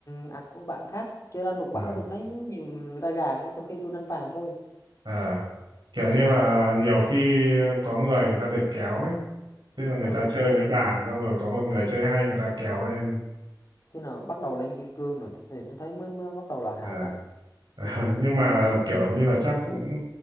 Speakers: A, on the left (about 45°); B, on the right (about 70°).
A: ạc của bạn khác chơi rank lục
B: ờ,
A: bảo tôi cũng thấy nhiều người người ta gà ngay trong khi tôi đánh vàng thôi
B: ờ. kiểu như
A: ừ.
B: là nhiều khi có người người ta được kéo ấy tức là người
A: ờ
B: ta chơi
A: đúng rồi
B: với bạn
A: á.
B: xong rồi có một người chơi hay người ta kéo lên
A: khi nào bắt đầu lên kim cương rồi thì tôi thấy mới, mới bắt đầu là hạt
B: Ờ,
A: á
B: <laughs> nhưng mà kiểu như là chắc cũng